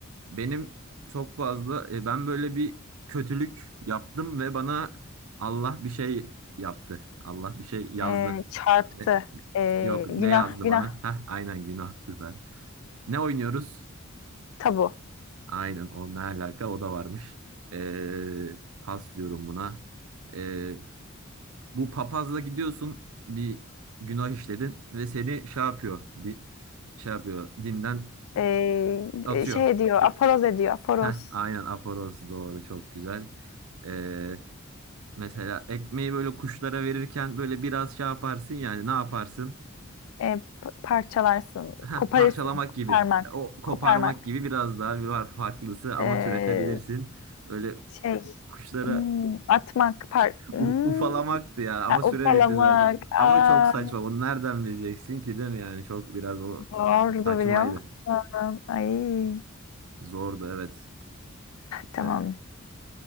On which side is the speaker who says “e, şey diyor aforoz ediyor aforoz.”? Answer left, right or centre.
Left